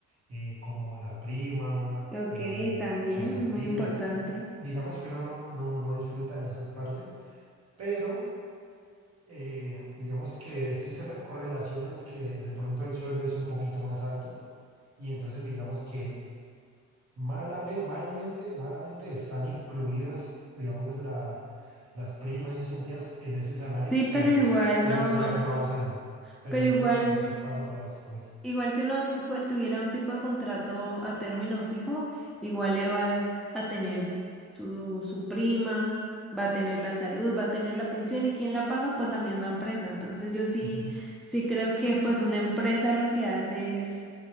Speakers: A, on the right; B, in the centre.
A: eh, como la prima,
B: ok,
A: eh,
B: también,
A: cesantías.
B: muy importante.
A: Digamos que uno no, no, no disfruta de esas partes, pero eh, digamos que sí se re- correlaciona en que de pronto el sueldo es un poquito más alto y entonces digamos que Malame- malmente, malamente están incluidas, digamos, la, las primas y cesantías en ese salario,
B: Sí,
A: pero
B: pero igual
A: pues uno
B: no,
A: ya las va usando, pero
B: pero
A: no
B: igual.
A: tiene como un respaldo para después.
B: Igual si uno fue- tuviera un tipo de contrato a término fijo, igual le vas a tener su, su prima, va a tener la salud, va a tener la pensión y quién la paga, pues la misma empresa. Entonces yo sí,
A: Ujú,
B: sí creo que pues una empresa lo que hace es